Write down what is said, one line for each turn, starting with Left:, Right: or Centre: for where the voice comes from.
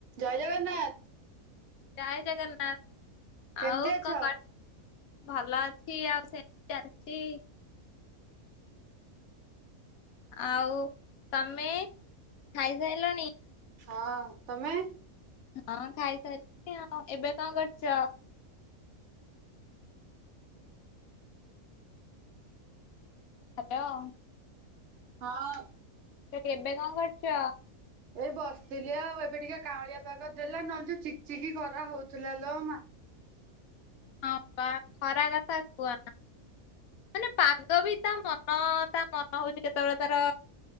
Right: ଜୟ ଜଗନ୍ନାଥ।
Left: ଜୟ ଜଗନ୍ନାଥ
Right: କେମିତି
Left: ଆଉ
Right: ଅଛ?
Left: କଣ କର? ଭଲ ଅଛି ଆଉ ସେମିତି ଚାଲିଚି। ଆଉ ତମେ ଖାଇସାଇଲଣି।
Right: ହଁ ତମେ।
Left: ହଁ ଖାଇସାଇଲିଣୀ ଆଉ ଏବେ କଣ କରୁଛ? ହ୍ୟାଲୋ।
Right: ହଁ।
Left: ତ ଏବେ କଣ କରୁଚ।
Right: ଏଇ ବସିଥିଲି ଆଉ, ଏବେ ଟିକେ କାଉଁଳିଆ ପାାଗ ଦେଲା ନହଲେ ଯୋଉ ଚିକ ଚିକି ଖରା ହଉଥିଲା ଲୋମା।
Left: ହଁ ବା ଖରା କଥା କୁହନା ମାନେ ପାଗ ବି ତା ମ ତା ମନ ହଉଛି କେତେବେଳେ ତାର